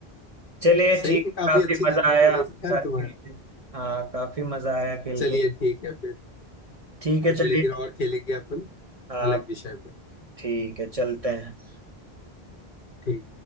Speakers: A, on the right (about 40°); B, on the left (about 55°).
A: चलिए
B: सही
A: ठीक
B: है
A: है
B: काफी
A: काफी
B: अच्छी
A: मजा
B: जनरल
A: आया
B: नॉलेज
A: आपके
B: है यार
A: साथ
B: तुम्हारा
A: खेल के हाँ काफी मजा आया खेल
B: चलिए
A: के
B: ठीक है फिर
A: ठीक है
B: अगले
A: चलिए
B: दिन और खेलेंगे अपन
A: हाँ
B: अलग विषय पर
A: ठीक है चलते हैं
B: ठीक